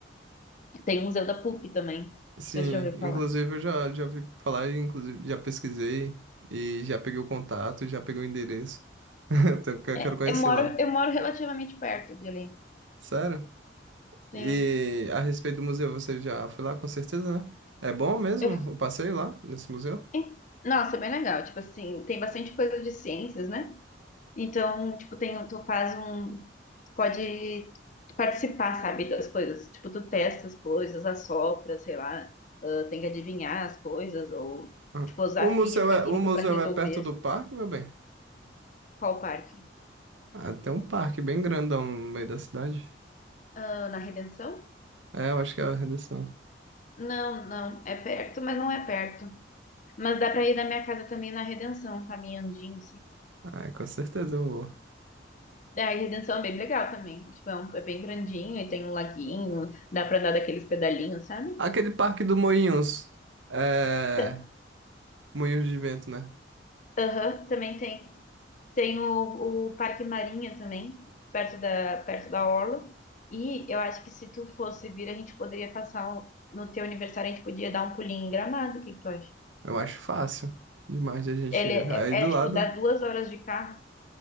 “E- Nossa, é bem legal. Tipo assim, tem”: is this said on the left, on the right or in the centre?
Left